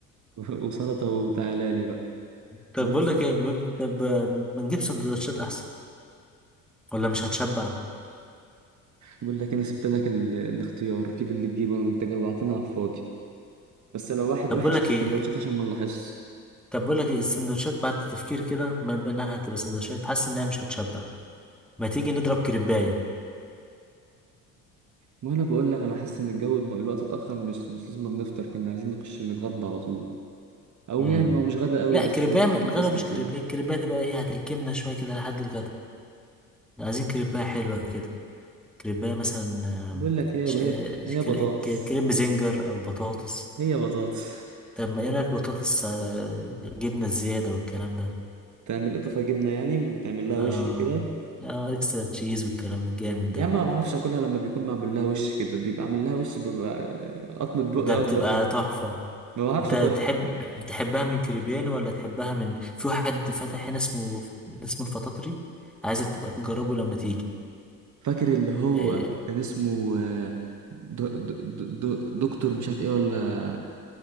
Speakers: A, on the right; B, in the centre.
A: <laughs> وسلطة وتعالى لي بقى
B: طب
A: احنا
B: بقول
A: لسه
B: لك ايه ب- طب ما نجيب سندوتشات احسن ولا مش هتشبع
A: بقول لك انا سبت لك ال... الاختيار جيب اللي تجيبه انت جوعتنا على الفاضي بس لو واحد
B: طب
A: وحش
B: بقول لك
A: هات
B: ايه
A: سندوتشات عشان ما نلاحظش
B: طب بقول لك ايه السندوتشات بعد التفكير كده ما بينها هتبقى سندوتشات حاسس انها مش هتشبع ما تيجي نضرب كريبايه
A: ما انا بقول لك انا حاسس ان الجو الم- الوقت اتاخر مش مش لازم نفطر كنا عايزين نخش نتغدى على طول او
B: امم
A: يعني هو مش غدا قوي
B: لا
A: بس
B: كريبايه
A: بتسند
B: م- الغدا مش كريبايه
A: يعني
B: الكريبايه تبقى ايه هتلكمنا شويه كده لحد الغدا عايزين كريبايه حلوه كده كريبايه مثلا آه،
A: بقول لك هي
B: ش-
A: هي
B: آه،
A: هي بطاطس
B: كر- ك- كريب زنجر او بطاطس
A: هي بطاطس
B: طب ما ايه رايك بطاطس آه، جبنه زياده والكلام ده
A: تعمل اضافه جبنه يعني وتعمل لها
B: اه
A: وش وكده
B: اه اكسترا تشيز والكلام الجامد ده
A: يا عم ما بعرفش اكلها لما بيكون معمول لها وش كده بيبقى عامل لها وش ببقى قطمه بقي
B: ده بتبقى
A: اكبر من دي
B: تحفة
A: ما بعرفش
B: انت
A: اكلها
B: تحب تحبها من كريبيان ولا تحبها من في واحد فتح هنا اسمه اسمه الفطاطري عايزك تبقى تجربه لما تيجي
A: فاكر اللي هو
B: إيه...
A: كان اسمه آه، دو دو دو دكتور مش عارف ايه ولا